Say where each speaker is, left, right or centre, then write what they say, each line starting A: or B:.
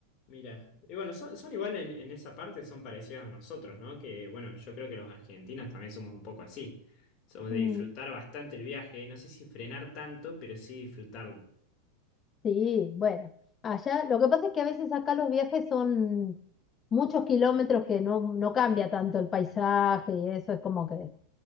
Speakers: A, on the left (about 45°); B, on the left (about 25°).
A: Mira, y bueno, son, son igual en, en esa parte, son parecidos a nosotros, ¿no? Que bueno, yo creo que los argentinos también somos un poco así. Somos
B: Mm,
A: de disfrutar bastante el viaje, no sé si frenar tanto, pero sí disfrutarlo.
B: Sí, bueno, allá lo que pasa es que a veces acá los viajes son muchos kilómetros que no, no cambia tanto el paisaje y eso es como que,